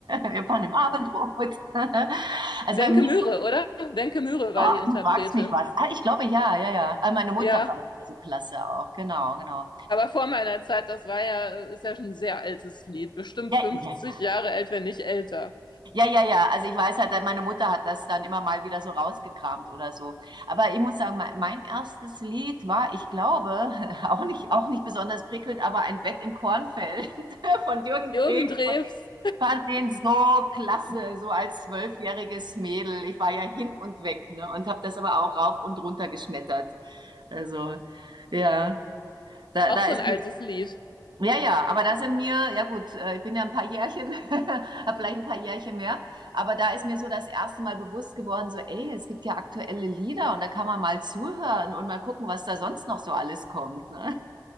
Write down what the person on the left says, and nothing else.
Wenke
Möhre, oder? Wenke Möhre war
die Interpretin.
Ja,
aber vor meiner Zeit, das war ja, äh, ist ja schon ein sehr altes Lied. Bestimmt
50
Jahre alt, wenn nicht älter.
Jürgen
Drews,
auch
so
ein altes Lied.